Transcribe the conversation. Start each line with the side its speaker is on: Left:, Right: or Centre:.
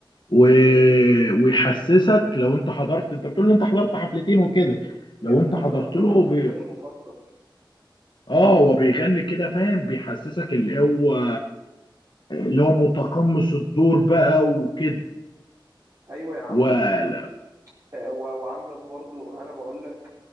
Left: و...
Right: ايوه
Left: ويحسسك لو انت حضرت انت بتقول لي انت حضرت حفلتين وكده لو
Right: يا ابني
Left: انت
Right: اه
Left: حضرت
Right: بقول
Left: له
Right: لك فنان
Left: ب...
Right: المفضل
Left: اه هو بيغني كده فاهم بيحسسك اللي هو اللي هو متقمص الدور بقى وكده
Right: ايوه يا عم
Left: ولا
Right: بز- آه، و- وعندك برضو انا بقول لك